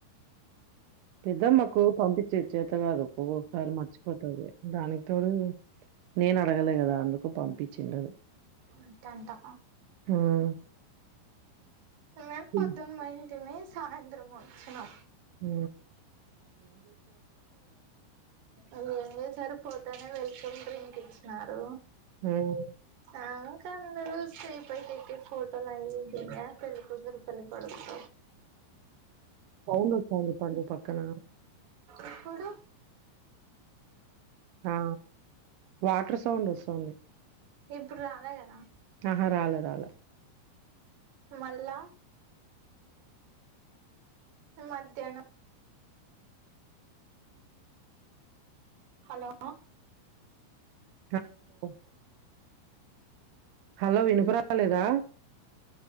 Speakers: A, on the right; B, on the right.
A: పెద్దమ్మకు పంపించేది చేత కాదు ఒక్కొక్కసారి మర్చిపోతది దానికి తోడు. నేను అడగలే కదా అందుకు పంపించిండదు
B: ంటంటా
A: హ్మ్
B: మెను
A: హ్మ్
B: పద్దు మహ ఎ సాయంత్రం వచ్చినం
A: ఆ
B: అ సార్ పోతేనే వెల్కమ్ డ్రింక్ ఇచ్చినారు
A: హ్మ్
B: ఆ అంద స్టే పైకి ఫోటో లా ఉంది పళ్లికుద్దరు పని పడుత
A: పౌన వ చాంది పడు పక్కన
B: ఎప్పుడు
A: ఆ వాటర్ సౌండ్ వస్తుంది
B: ఇప్పుడు రాలే కదా
A: ఆహా రాలా రాలా
B: మల్ళ మధ్యాహ్నం హలో
A: హా హలో హలో వినుకు రాలేదా